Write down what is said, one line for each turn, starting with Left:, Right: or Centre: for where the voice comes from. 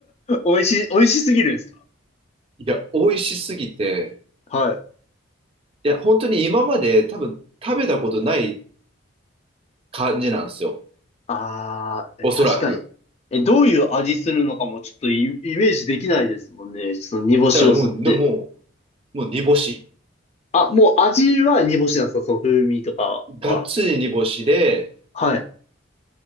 Left: 美味しい、美味しすぎるんですか
Right: いや、美味しすぎて、
Left: はい。
Right: いや、本当に今まで多分食べたことない感じなんですよ。
Left: あー、
Right: おそらく。
Left: え確かに。え、どういう味するのかもちょっとイ、イメージできないですもんね。その煮干しを吸って。
Right: だからもう、のもう、もう煮干し。
Left: あ、もう味は煮干しなんですかその風味とかは。
Right: がっつり煮干しで、
Left: はい。